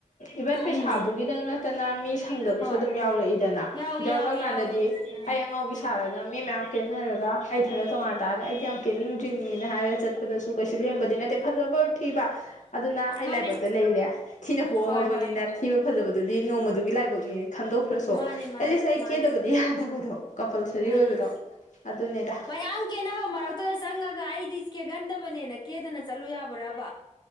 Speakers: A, on the left; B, on the left.
A: ꯏꯚꯟ ꯄꯩꯁꯥꯗꯨꯒꯤꯗꯪ
B: ꯎꯝ
A: ꯅꯠꯇꯅ ꯃꯤ ꯁꯪꯗꯕꯁꯨ
B: ꯍꯣꯏ
A: ꯑꯗꯨꯝ ꯌꯥꯎꯔꯛꯏꯗꯅ
B: ꯌꯥꯎꯏ
A: ꯌꯥꯎꯔꯛꯑꯀꯥꯟꯗꯗꯤ
B: ꯌꯥꯎꯏ ꯌꯥꯎꯏ ꯎꯝ
A: ꯑꯩ ꯑꯉꯥꯎꯕꯤ
B: ꯎꯝ
A: ꯁꯥꯔꯒ ꯃꯤ ꯃꯌꯥꯝ ꯀꯦꯟꯅꯔꯒ ꯑꯩ ꯊꯅ ꯇꯣꯉꯥꯟꯅ ꯇꯥꯔꯒ ꯑꯩꯗꯤ ꯌꯥꯝ ꯀꯦꯟꯅꯤꯡꯗ꯭ꯔꯤꯅꯤꯅ ꯍꯥꯏꯔꯦ ꯆꯠꯄꯗꯁꯨ ꯀꯩꯁꯨ ꯂꯦꯝꯕꯗꯤ ꯅꯠꯇꯦ ꯐꯖꯕ ꯊꯤꯕ ꯑꯗꯨꯅ ꯑꯩ
B: ꯃꯥꯅꯦ
A: ꯂꯥꯏꯕꯛꯇ ꯂꯩꯔꯦ ꯊꯤꯅ ꯄꯣꯛꯑꯝꯃꯕꯅꯤꯅ
B: ꯍꯣꯏ ꯍꯣꯏ ꯍꯣꯏ
A: ꯊꯤꯕ ꯐꯖꯕꯗꯨꯗꯤ ꯅꯣꯡꯃꯗꯨꯒꯤ ꯂꯥꯏꯕꯛꯅꯤ ꯈꯟꯗꯣꯛꯈ꯭ꯔꯁꯨ
B: ꯃꯥꯅꯦ ꯃꯥꯅꯦ
A: ꯑꯦꯠꯂꯤꯁ ꯑꯩ
B: ꯃꯥꯅꯦ
A: ꯀꯦꯗꯕꯗꯤ ꯌꯥꯗꯕꯗꯣ ꯀꯝꯄꯜꯁꯔꯤ
B: ꯎꯝ
A: ꯑꯣꯏꯕꯗꯣ ꯑꯗꯨꯅꯤꯗ
B: ꯃꯌꯥꯝ ꯀꯦꯅꯕ ꯃꯔꯛꯇꯨꯗ <inaudible> ꯀꯦꯒꯟꯗꯕꯅꯦꯅ ꯀꯦꯗꯅ ꯆꯠꯂꯨ ꯌꯥ ꯕ꯭ꯔꯥꯕ